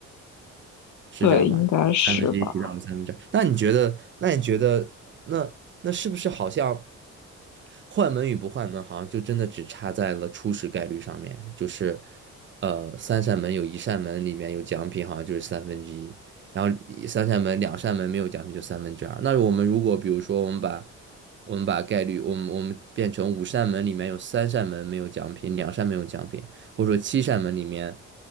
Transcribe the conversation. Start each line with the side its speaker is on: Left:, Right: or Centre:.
Right: 是这样吧？
Left: 对应该是吧？
Right: 三分之一提到了三分之二。那你觉得？那你觉得？那那是不是好像换门与不换门，好像就真的只差在了初始概率上面？就是，呃，三扇门有一扇门里面有奖品，好像就是三分之一。然后一三扇门、两扇门没有奖品就三分之二。那我们如果比如说我们把我们把概率，我们我们变成五扇门里面有三扇门没有奖品，两扇没有奖品，或者说七扇门里面